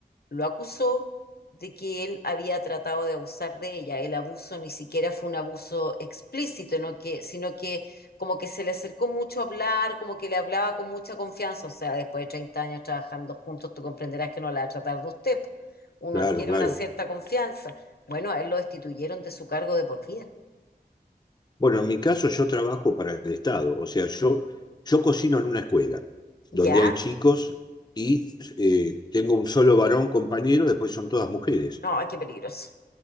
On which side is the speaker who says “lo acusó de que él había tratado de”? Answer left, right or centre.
Left